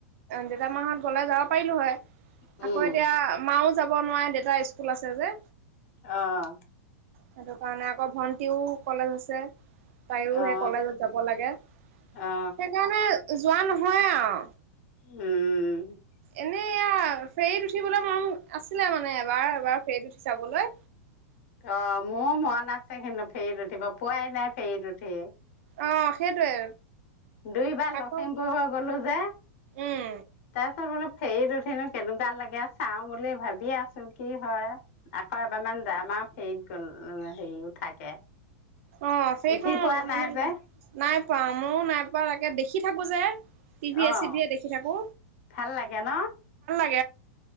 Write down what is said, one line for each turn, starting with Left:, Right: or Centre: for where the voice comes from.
Right: জতা মাহত গ'লে যাব পাৰিলো হয়
Left: উম
Right: আকৌ এতিয়া মাও যাব নোৱাৰে দেউতা স্কুল তলাছে যে
Left: আহ
Right: সেইটো কাৰণে আকৌ ভন্টিও কলেজ আছে তাইও
Left: অ
Right: সেই কলেজত যাব লাগে সেইকাৰণে
Left: অ
Right: যোৱা নহয় আৰু
Left: উ
Right: এনে এয়া ফেৰীত উঠিবলৈ মন আছিলে মানে এবাৰ এবাৰ ফেৰীত উঠি যাবলৈ
Left: অ মোৰ মন আছে কিন্তু ফেৰীত উঠিব পোৱাই নাই ফেৰীত উঠি
Right: অ সেইটোৱে
Left: দুইবাৰ
Right: আকৌ
Left: লখিমপুৰ হৈ গলো যে
Right: উম
Left: তাৰপিছত বোলো ফেৰীত উঠিনো কেনেকুৱা লাগে চাও বুলি ভাবিয়াচোন কি হয় আকৌ এবাৰমান যাম আৰু ফেৰীত গল হেৰি উঠাকে
Right: অ সেইখন
Left: উঠি পোৱা নাই
Right: মানে
Left: যে,
Right: নাই প মো নাই পোৱা তাকে দেখি থাকো যে টিভিয়ে
Left: অ',
Right: চিভিয়ে দেখি থাকো
Left: ভাল লাগে ক ন
Right: কা